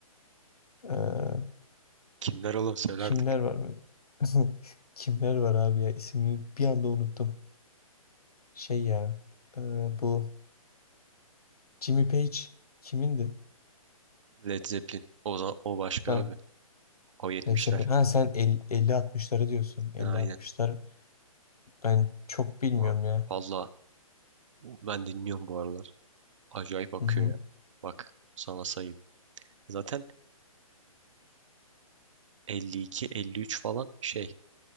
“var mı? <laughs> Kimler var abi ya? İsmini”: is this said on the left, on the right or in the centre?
Left